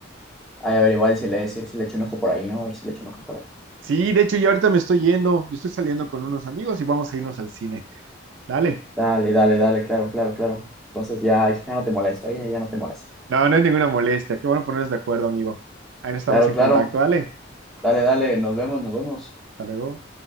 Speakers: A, in the centre; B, on the right.
A: Ay, a ver, igual si le, si, si le echo un ojo por ahí, ¿no? A ver si le echo un ojo por ahí.
B: Sí, de hecho, yo ahorita me estoy yendo, yo estoy saliendo con unos amigos y vamos a irnos al cine. Dale.
A: Dale, dale, dale, claro, claro, claro. Entonces ya, ya no te molesto, ya, ya no te molesto.
B: No, no es ninguna molestia. Qué bueno ponernos de acuerdo, amigo. Ahí nos estamos
A: Claro,
B: en
A: claro.
B: contacto, dale.
A: Dale, dale, nos vemos, nos vemos.
B: Hasta luego.